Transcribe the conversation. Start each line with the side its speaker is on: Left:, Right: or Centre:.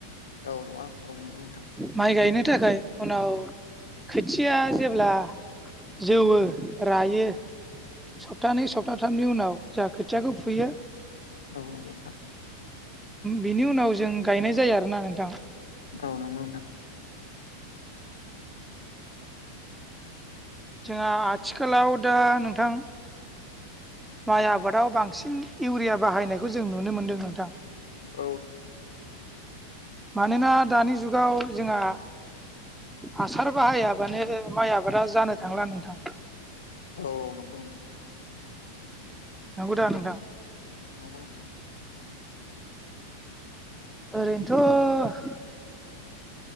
Left: औ नङा औ नंगौ नोंथां
Centre: माइ गायनो थाखाय उनाव खोथिया जेब्ला जौवो रायो सप्तानै सप्ताथामनि उनाव जों खोथियाखौ फुयो
Left: बेबुन बां
Centre: बिनि उनाव जों गायनाय जायो आरोोना नोंथां
Left: औ नंगौ नोंथां
Centre: जोंहा आथिखालाव दा नोंथां माइ आबादाव बांसिन इउरिया बाहायनायखौ जों नुनो मोनदों नोंथां
Left: औ।
Centre: मानोना दानि जुगाव जोंहा हासार बाहायाबानो माइ आबादा जानो थांला नोंथां
Left: औ औ नंखौ नंथां
Centre: नंगौदा नोंथां
Left: नंगौ नोंथां
Centre: ओरैनोथ'
Left: हेलौ नोंथां